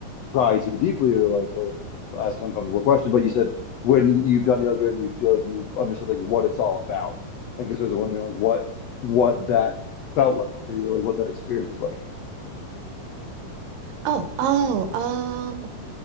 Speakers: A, on the left; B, on the right.
A: pry too deeply or like or ask an uncomfortable question, but you said when you've done yoga and you feel like you've understood like what it's all about. I guess I was wondering like what what that felt like for you, like what that experience was like.
B: Oh, oh, um,